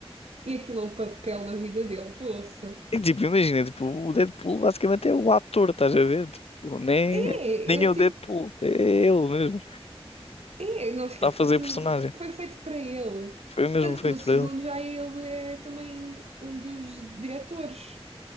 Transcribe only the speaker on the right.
E aquilo é o papel da vida dele, poça.
É,
ele
tipo.
É, não esquece,
aquilo
foi feito para ele.
Tanto
que no segundo
já ele é também um dos diretores.